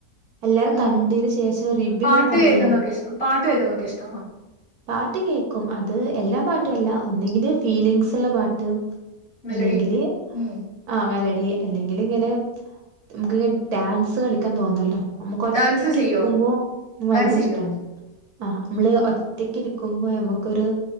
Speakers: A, on the right; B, on the left.
A: എല്ലാരും
B: ഉം
A: കണ്ടെന്
B: ഉം.
A: ശേഷം റിവ്യൂ
B: പാട്ട്
A: ഇങ്ങനെ പറയല്ലോ.
B: കേൾക്കുന്നതൊക്കെ ഇഷ്ടം പാട്ട് കേൾക്കുന്നതൊക്കെ ഇഷ്ടമാണോ?
A: പാട്ട് കേക്കും അത് എല്ലാ പാട്ടും ഒന്നങ്കില് ഫീലിംഗസ് ഉള്ള പാട്ടും
B: മെലഡി?
A: അല്ലെങ്കില്
B: ഉം.
A: ആ മെലഡി അല്ലെങ്കിൽ ഇങ്ങനെ നമുക്ക്ങ്ങെ ഡാൻസ് കളിക്കാൻ തോന്നല്ലോ നമുക്ക് ഒറ്റക്ക്
B: ഡാൻസ് ചെയ്യോ?
A: ഇരിക്കുമ്പോ ഭയങ്കര
B: ഡാൻസ് ചെയ്യോ?
A: ഇഷ്ടമാണ് ആ നമ്മള് ഒറ്റക്ക് ഇ നക്കുമ്പോ നമുക്കൊരു